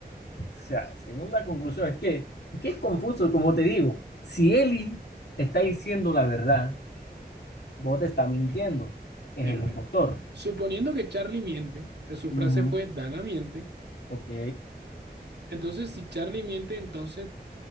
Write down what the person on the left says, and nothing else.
sea, segunda conclusión es que es que es confuso, como te digo, si Eli está diciendo la verdad, vos te está mintiendo, es
el
impostor.
Ujú,
ok,